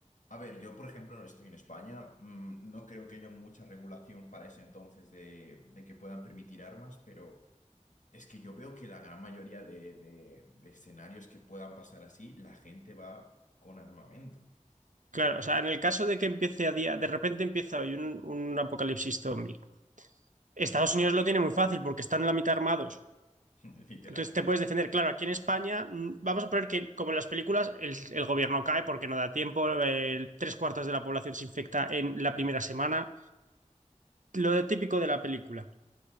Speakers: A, on the left (about 75°); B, on the right (about 80°).
A: a ver, yo por ejemplo estoy en España, mm, no creo que haya mucha regulación para ese entonces de, de que puedan permitir armas, pero... Es que yo veo que la gran mayoría de, de- de escenarios que puedan pasar así, la gente va con armamento. Entonces,
B: Claro, o sea, en el caso de que empiece a día, de repente empieza hoy un, un apocalipsis zombie Estados Unidos lo tiene muy fácil porque están la mitad armados.
A: <laughs> literal.
B: Entonces te puedes defender. Claro, aquí en España mm, vamos a poner que, como en las películas, el, el gobierno cae porque no da tiempo, el- tres cuartos de la población se infecta en la primera semana. Lo de- típico de la película.